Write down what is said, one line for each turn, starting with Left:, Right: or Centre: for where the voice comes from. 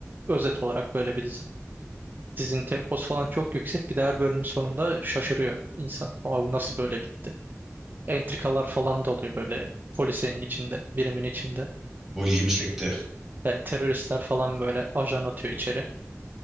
Right: özet olarak böyle bir dizi. Dizinin temposu falan çok yüksek. Bir de her bölümün sonunda şaşırıyor insan. Aa bu nasıl böyle bitti? Entrikalar falan da oluyor böyle polisenin içinde, birimin içinde.
Centre: Bu ilgimi çekti.
Right: E, teröristler falan böyle ajan atıyor içeri.